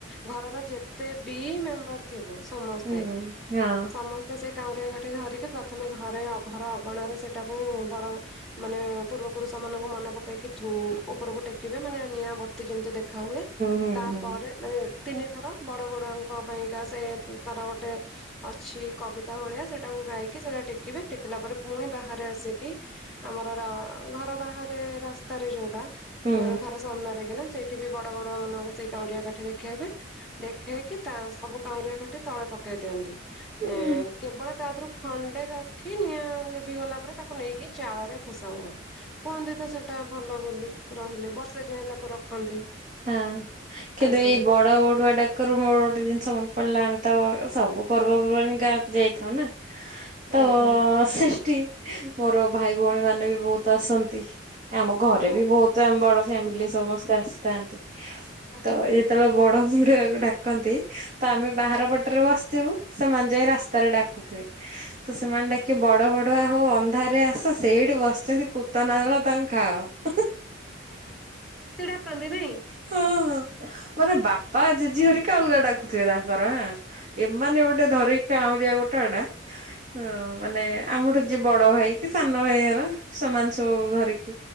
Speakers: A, in the centre; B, on the right (about 40°).
A: ଘରର ଯେତେ ବି ମେମ୍ବର ଥିବେ ସମସ୍ତେ
B: ହୁଁ ହଁ ହୁଁ
A: ସମ ସେ କାଉଁରିଆ କାଠି ଧରିକି ପ୍ରଥମେ ଘରେ ଘର ଅଗଣାରେ ସେଟାକୁ ବଡ ମାନେ ପୂର୍ବ ପୁରୁଷ ମାନଙ୍କୁ ମନେ ପକେଇକି ଉପରକୁ ଟେକିବେ ମାନେ ନିଆଁ ବ <unintelligible> ଯେମିତି ଦେଖା ହୁଏ
B: ହୁଁ
A: ତାପରେ
B: ହୁଁ ହଁ ହୁଁ ହୁଁ ହୁଁ।
A: ମାନେ ତିନି ଥର ବଡ ବଡୁଆଙ୍କ ପାଇଁକା ସେ ତାର ଗୋଟେ ଅଛି କବିତା ଭଳିଆ ସେଟାକୁ ଗାଇକି ସେଇଟା ଟେକିବେ ଟେ କିଲା ପରେ ପୁଣି ବାହାରେ ଆସିକି ଆମର ଘର ବାହାରେ ରାସ୍ତାରେ ଯୋଉଟା
B: ହୁଁ
A: ଘର ସାମ୍ନାରେ କିନା ସେଇଠି ବି ବଡୁଆ ବଡୁଆ ମାନଙ୍କୁ ସେଇ କାଉଁରିଆ କାଠି ଦେଖେଇବେ ଦେଖେଇକି ତା ସବୁ କାଉଁରିଆ କାଠି ତଳେ ପକେଇ ଦିଅନ୍ତି
B: ହୁଁ ହଁ
A: ଏ କେବଳ ତା ଥିରୁ ଖଣ୍ଡେ କାଠି ନିଆଁ ଲିଭିି ଗଲା ପରେ ତାକୁ ନେଇକି ଚାଳରେ ଖୋସା ହୁଏ। କୁହନ୍ତି ତ ସେଇଟା ଭଲ ବୋଲି ରହିଲେ ବର୍ଷେ ଯାଏଁ ତାକୁ ରଖନ୍ତି।
B: ହଁ କେବେ
A: ଆଜ୍ଞା
B: ଏଇ ବଡ ବଡୁଆ ଡା କରୁ ମୋର ଗୋଟେ ଜିନିଷ ମନେ ପଡିଲା ଆମେ ତ ସବୁ ପର୍ବପର୍ବାଣୀ ଗାଁକୁ ଯାଇଥାଉ ନା ତ
A: ଆଜ୍ଞା।
B: <unintelligible> ମୋର ଭାଇ ଭଉଣୀ ମାନେ ବି ବହୁତ ଆସନ୍ତି ଆମ ଘରେ
A: ଓହୋ
B: ବି ବହୁତ ତ ଆମ ବଡ ଫ୍ୟାମିଲି ସମସ୍ତେ ଆସିଥାନ୍ତି
A: ଆଚ୍ଛା।
B: ତ ଯେତେବେଳେ ବଡ ବଡୁଆ କୁ ଡାକନ୍ତି ତ ଆମେ ବାହାର ପଟରୁ ବସିଥିବୁ ସେମାନେ ଯାଇ ରାସ୍ତାରେ ଡାକୁଥିବେ।
A: <inaudible>
B: ତ ସେମାନେ ଡାକି ବଡ ବଡୁଆ ହୋ ଅନ୍ଧାରରେ ଆସ ସେଇଠି ବସିଛନ୍ତି ପୂତନା ଦଳ ତାଙ୍କୁ ଖାଅ।
A: <inaudible> <inaudible> ଏମିତି ଡାକନ୍ତି ନାଇଁ
B: ହଁ ହଁ ମାନେ ବାପା ଜେଜି ହେରିକା ଅଲଗା ଡାକ ଥିବେ ତାଙ୍କର ହଁ ଏମାନେ ଗୋଟେ ଧରିକି କାଁଉରିଆ ଗୋଟା ଗୋଟା ହ ମାନେ ଆମଠୁ ଯିଏ ବଡ ଭାଇ କି ସାନ ଭାଇ ହେବେ ସେମାନେ ସବୁ ଧରିକି